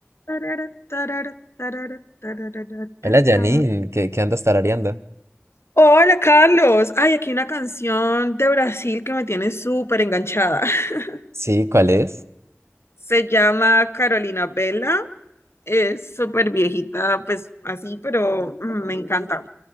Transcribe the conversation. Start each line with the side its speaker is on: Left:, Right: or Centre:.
Left: Tarara, tarara, tarara, tarara,
Right: Hola
Left: tarara.
Right: Janine, ¿qué, qué andas tarareando?
Left: Hola Carlos, ay, aquí una canción de Brasil que me tiene súper enganchada. <laughs>
Right: Sí, ¿cuál es?
Left: Se llama Carolina Vela, es súper viejita, pues así, pero mm, me encanta.